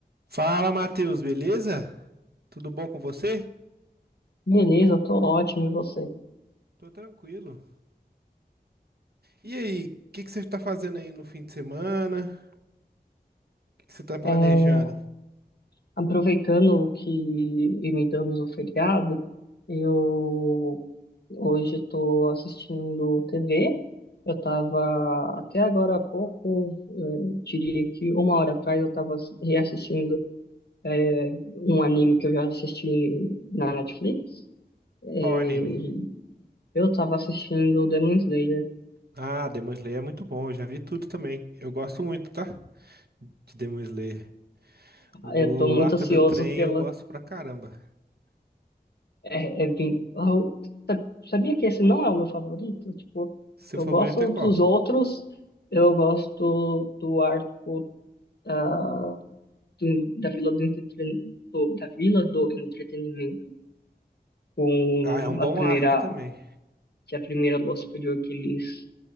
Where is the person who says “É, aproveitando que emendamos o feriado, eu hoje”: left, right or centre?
Left